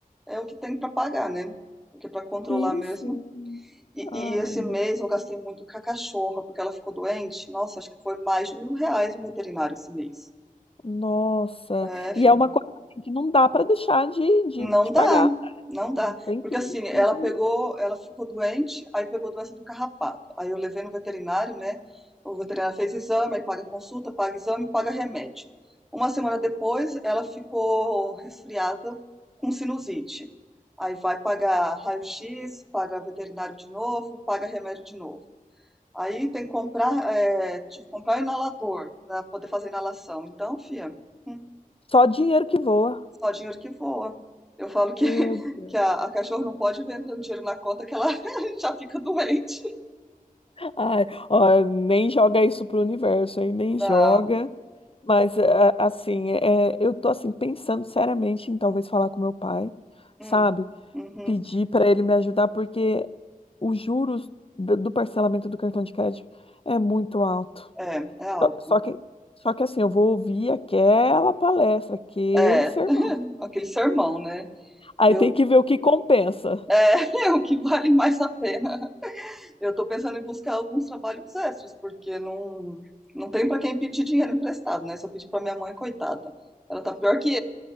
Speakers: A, in the centre; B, on the left.
A: é, o que tem pra pagar, né? Porque pra controlar
B: fiz,
A: mesmo.
B: sim.
A: E,
B: Ai,
A: e esse
B: meu-
A: mês eu gastei muito com a cachorra, porque ela ficou doente. Nossa, acho que foi mais de mil reais no veterinário esse mês.
B: nossa.
A: É,
B: E
A: filho.
B: é uma coisa assim, que não dá para deixar de, de,
A: Não
B: de
A: dá,
B: pagar.
A: não dá.
B: Tem
A: Porque
B: que ir,
A: assim, ela
B: tem que ir.
A: pegou, ela ficou doente, aí pegou doença do carrapato. Aí eu levei no veterinário, né? O veterinário fez exame, aí paga consulta, paga exame, paga remédio. Uma semana depois, ela ficou resfriada com sinusite. Aí vai pagar raio-x, paga veterinário de novo, paga remédio de novo. Aí tem que comprar, é, tive que comprar um inalador para poder fazer inalação. Então, fia, hum,
B: Só dinheiro que voa.
A: só dinheiro que voa. Eu falo que,
B: Meu
A: <laughs>
B: Deus.
A: que a, a cachorro não pode ver entrando dinheiro na conta que ela <laughs> já fica doente.
B: Ai, ó, nem joga isso pro universo, hein? Nem joga.
A: Não.
B: Mas, é, assim, é, é, eu tô, assim, pensando seriamente em talvez falar com meu pai, sabe?
A: Hum, uhum.
B: Pedir para ele me ajudar, porque os juros do do parcelamento do cartão de crédito é muito alto.
A: É, é
B: Só
A: alto.
B: só que, só que, assim, eu vou ouvir aquela palestra, aquele
A: É,
B: sermão.
A: <laughs> aquele sermão, né?
B: Aí
A: Eu,
B: tem que ver o que compensa.
A: é, <laughs> é o que vale mais a pena. Eu tô pensando em buscar alguns trabalhos extras, porque não, não tem para quem pedir dinheiro emprestado, né? Se eu pedir para minha mãe, coitada, ela tá pior que